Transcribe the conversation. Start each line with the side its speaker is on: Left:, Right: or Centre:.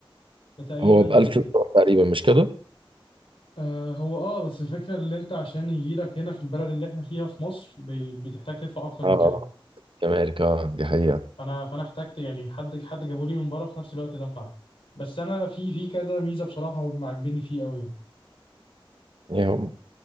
Left: ده تقريبا
Right: هو ب 1000 دولار تقريبا مش كده
Left: آه هو اه بس الفكرة اللي انت عشان يجي لك هنا في البلد اللي احنا فيها في مصر ب- بتحتاج تدفع اكتر من
Right: اه
Left: كده
Right: كاميريكا آه، دي حقيقه
Left: فانا فانا احتجت يعني حد حد جابولي من بره في نفس الوقت دفع بس انا في في كذا ميزة بصراحة هم عاجبيني فيه قوي
Right: ايه هم